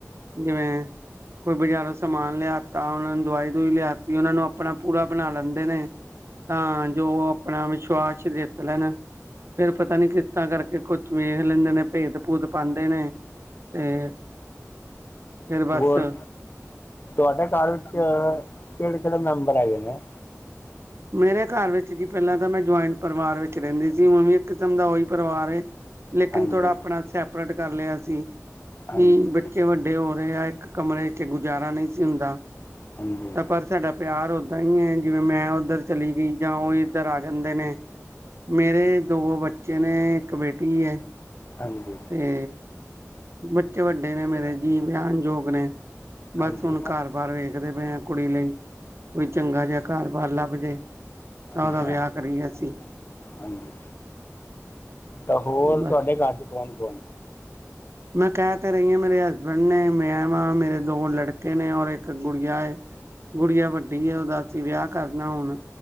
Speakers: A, on the right; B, on the left.
A: ਜਿਵੇਂ ਕੋਈ ਬਜ਼ਾਰੋਂ ਸਮਾਨ ਲਿਆਤਾ। ਉਹਨਾਂ ਨੂੰ ਦਵਾਈ ਦੂਈ ਲਿਆਤੀ। ਉਹਨਾਂ ਨੂੰ ਆਪਣਾ ਪੂਰਾ ਬਣਾ ਲੈਂਦੇ ਨੇ। ਤਾਂ ਜੋ ਆਪਣਾ ਵਿਸ਼ਵਾਸ ਜਿੱਤ ਲੈਣ। ਫੇਰ ਪਤਾ ਨੀ। ਕਿਸ਼ਤਾਂ ਕਰਕੇ ਕੁੱਝ ਵੇਖ ਲੈਂਦੇ ਨੇ। ਭੇਤ- ਭੂਤ ਪਾਉਂਦੇ ਨੇ। ਤੇ ਫੇਰ ਬੱਸ
B: ਹੋਰ
A: ਸ।
B: ਤੁਹਾਡੇ ਘਰ ਵਿੱਚ ਕਿਹੜੇ -ਕਿਹੜੇ ਮੈਂਬਰ ਹੈਗੇ ਨੇ।
A: ਮੇਰੇ ਘਰ ਵਿੱਚ ਜੀ ਪਹਿਲਾਂ ਤਾਂ ਮੈਂ ਜੁਆਇੰਟ ਪਰਿਵਾਰ ਵਿੱਚ ਰਹਿੰਦੀ ਸੀ। ਹੁਣ ਵੀ ਇੱਕ ਕਿਸਮ ਦਾ ਉਹੀ ਪਰਿਵਾਰ ਹੈ। ਲੇਕਿਨ।
B: ਹਾਂਜੀ
A: ਥੋੜਾ ਆਪਣਾ ਸੈਪਰੇਟ ਕਰ ਲਿਆ ਸੀ।
B: ਹਾਂਜੀ
A: ਕੀ, ਬੱਚੇ ਵੱਡੇ ਹੋ ਰਹੇ ਆ। ਇੱਕ ਕਮਰੇ ਚ ਗੁਜ਼ਾਰਾ ਨਹੀਂ ਸੀ ਹੁੰਦਾ।
B: ਹਾਂਜੀ ਹਾਂਜੀ
A: ਤਾਂ, ਪਰ ਸਾਡਾ ਪਿਆਰ ਓਦਾਂ ਹੀ ਹੈ। ਜਿਵੇਂ ਮੈਂ ਇੱਧਰ ਚਲੀ ਗਈ। ਜਾਂ ਉਹ ਇੱਧਰ ਆ ਜਾਂਦੇ ਨੇ ਮੇਰੇ ਦੋ ਬੱਚੇ ਨੇ ਇੱਕ ਬੇਟੀ ਹੈ।
B: ਹਾਂਜੀ
A: ਅਤੇ। ਬੱਚੇ ਵੱਡੇ ਨੇ ਮੇਰੇ ਜੀ ਵਿਆਣਯੋਗ ਨੇ। ਬਸ
B: ਹਾਂਜੀ
A: ਹੁਣ ਘਰ ਬਾਹਰ ਵੇਖਦੇ ਪਏ ਆ ਕੁੜੀ ਲਈ। ਕੋਈ ਚੰਗਾ ਜਿਹਾ ਘਰ ਬਾਹਰ ਲੱਭ ਜੇ। ਤਾਂ
B: ਹਾਂਜੀ
A: ਉਹਦਾ ਵਿਆਹ ਕਰੀਏ ਅਸੀਂ
B: ਹਾਂਜੀ ਤਾਂ ਹੋਰ
A: ਬਸ
B: ਤੁਹਾਡੇ ਘਰ ਚ ਕੌਣ ਕੌਣ ਹੈ।
A: ਮੈਂ ਕਹਿ ਤੇ ਰਹੀ ਹਾਂ। ਮੇਰੇ ਹਸਬੈਂਡ, ਨੇ ਮੈਂਮਾਂ ਮੇਰੇ ਦੋ ਲੜਕੇ ਨੇ ਔਰ ਇੱਕ ਗੁੜਆ। ਗੁੜੀਆ ਵੱਡੀ ਉਹਦਾ ਅਸੀਂ ਵਿਆਹ ਕਰਨਾ ਹੁਣ।